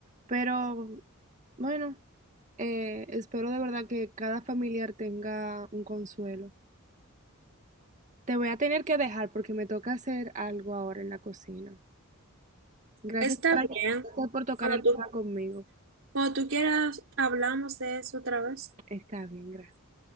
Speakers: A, on the right (about 35°); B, on the right (about 60°).
A: Pero bueno, eh, espero de verdad que cada familiar tenga un consuelo. Te voy a tener que dejar porque me toca hacer algo ahora en la cocina. Gracias
B: Está
A: por, ay-
B: bien,
A: gracias por tocar
B: cuando
A: el
B: tú,
A: tema conmigo.
B: cuando tú quieras, hablamos de eso otra vez.
A: Está bien, gracias.